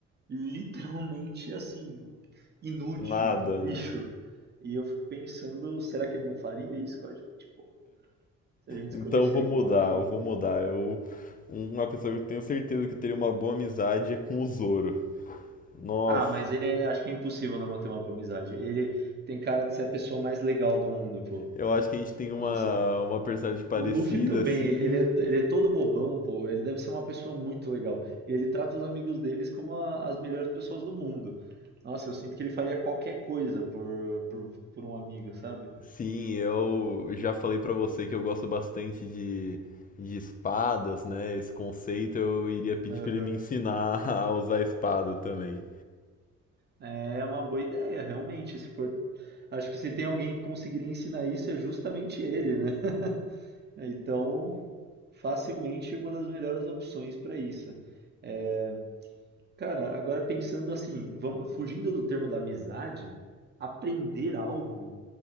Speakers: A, on the right; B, on the left.
A: literalmente assim, inútil,
B: Nada,
A: um
B: né?
A: lixo. E eu fico pensando, será que ele não faria isso com a gente, pô? Se a gente escolhesse
B: Então eu vou
A: ele
B: mudar,
A: como amigo?
B: eu vou mudar. Eu, uma pessoa que eu tenho certeza que eu teria uma boa amizade é com o Zoro. Nossa,
A: Ah, mas ele é, acho que é impossível não manter uma boa amizade. Ele tem cara de ser a pessoa mais legal do mundo, pô.
B: eu acho que a gente tem uma,
A: Nossa.
B: uma personalidade parecida,
A: O Luffy também,
B: assim.
A: ele é, ele é todo bobão, pô. Ele deve ser uma pessoa muito legal. E ele trata os amigos deles como a- as melhores pessoas do mundo. Nossa, eu sinto que ele faria qualquer coisa por, por, por um amigo, sabe?
B: Sim, eu já falei pra você que eu gosto bastante de, de espadas, né? Esse conceito eu iria pedir
A: Aham.
B: pra ele me ensinar <laughs> a usar espada também.
A: É uma boa ideia, realmente. Se for, acho que se tem alguém que conseguiria ensinar isso, é justamente ele, né? <laughs> Então, Facilmente uma das melhores opções para isso. É, cara, agora pensando assim, vamos, fugindo do termo da amizade, aprender algo,